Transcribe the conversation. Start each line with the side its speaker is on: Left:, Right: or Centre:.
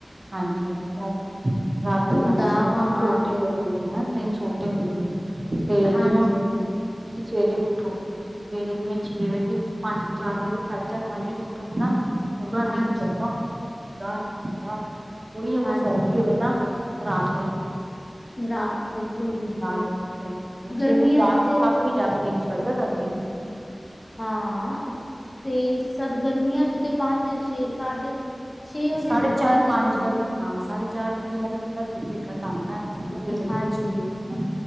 Right: ਹਾਂਜੀ ਹਾਂਜੀ ਰਾਤਾਂ
Left: ਧੂੰਦਾਂ
Right: ਲੰਬੀਆਂ,
Left: ਹਵਾਵਾਂ
Right: ਦਿਨ ਛੋਟੇ ਹੋ ਹੋਂਦੇ ਨਾ, ਦਿਨ ਛੋਟੇ ਹੋ ਜਾਂਦੇ ਨੇ। ਤੇ
Left: ਹਾਂਜੀ
Right: ਜਿਵੇਂ ਹੁਣ
Left: ਹਾਂਜੀ
Right: ਤੁਸੀਂ ਸਵੇਰੇ ਉੱਠੋ ਨੇਰੇ ਵਿੱਚ ਛੇ ਵਜੇ-ਪੰਜ-ਚਾਰ ਵਜੇ ਸਾਢੇ ਚਾਰ ਪੰਜ ਵਜੇ ਉਠੋਗੇ ਨਾ ਪੂਰਾ ਦਿਨ
Left: ਹਾਂਜੀ
Right: ਚੜਿਆ ਹੁੰਦਾ, ਪੂਰਾ ਦਿਨ ਚੜਿਆ ਹੁੰਦਾ। ਓ ਈ ਅਗਰ
Left: ਹਾਂਜੀ
Right: ਸਰਦੀ ਹੋਵੇ ਨਾ, ਰਾਤ ਪਈ ਹੁੰਦੀ।
Left: ਰਾਤ ਬਿਲਕੁਲ ਬਿਲਕੁਲ।
Right: ਰਾਤ ਪਈ ਹੁੰਦੀ ਹੈ। ਸਵੇਰੇ
Left: ਗਰਮੀਆਂ
Right: ਜਾ
Left: ਚ
Right: ਕੇ
Left: ਤੇ
Right: ਸੱਤ ਵਜੇ ਜਾ ਕੇ ਦਿਨ ਚੜਦਾ ਸਬਜ਼ੀਆਂ
Left: ਹਾਂ ਤੇ ਸਰਗਰਮੀਆਂ ਚ ਤੇ ਪੰਜ ਛੇ ਸਾਢੇ ਛੇ ਵਜੇ
Right: ਸਾਢੇ
Left: ਧੁੱਪ
Right: ਚਾਰ
Left: ਨਿਕਲੀ
Right: ਪੰਜ
Left: ਹੁੰਦੀ
Right: ਵਜੇ
Left: ਹੈ
Right: ਹਾਂ ਸਾਢੇ ਚਾਰ ਵਜੇ ਮਤਲਬ ਪੂਰਾ ਨਿਕਲ ਜਾਂਦਾ ਪੂਰਾ ਦਿਲ
Left: ਹਾਂਜੀ
Right: ਸ਼ੁਰ